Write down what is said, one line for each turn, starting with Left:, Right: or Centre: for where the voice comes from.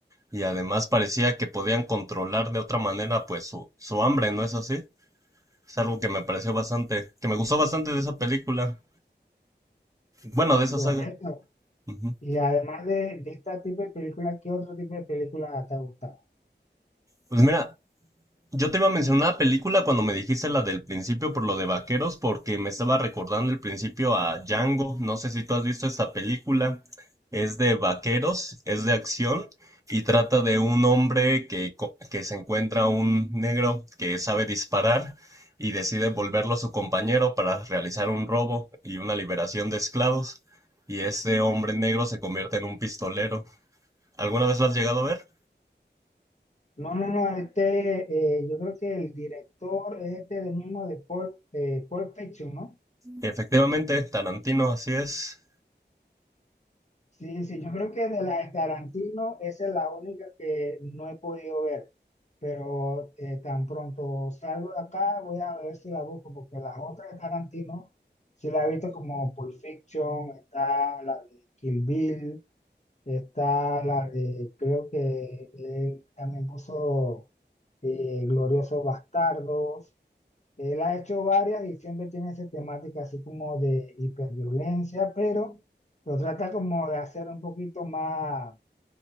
Right: Y además parecía que podían controlar de otra manera pues su, su hambre, ¿no es así? Es algo que me pareció bastante, que me gustó bastante de esa película. Bueno, de esa
Left: correcto.
Right: saga. Ujú.
Left: Y además de, de este tipo de película, ¿qué otro tipo de película te ha gustado?
Right: Pues mira, Yo te iba a mencionar una película cuando me dijiste la del principio por lo de vaqueros, porque me estaba recordando el principio a Django. No sé si tú has visto esta película. Es de vaqueros, es de acción y trata de un hombre que, co- que se encuentra un negro que sabe disparar y decide volverlo su compañero para realizar un robo y una liberación de esclavos. Y ese hombre negro se convierte en un pistolero. ¿Alguna vez lo has llegado a ver?
Left: No, no, no, este, eh, yo creo que el director es este del mismo de Paul, eh, Pulp Fiction, ¿no?
Right: Efectivamente, Tarantino, así es.
Left: Sí, sí, yo creo que de la de Tarantino esa es la única que no he podido ver, pero eh, tan pronto salgo de acá voy a ver si la busco, porque las otras de Tarantino sí la he visto como Pulp Fiction, está la de Kill Bill, está la de, creo que él también puso eh, Gloriosos Bastardos, él ha hecho varias y siempre tiene esa temática así como de hiperviolencia, pero lo trata como de hacer un poquito más,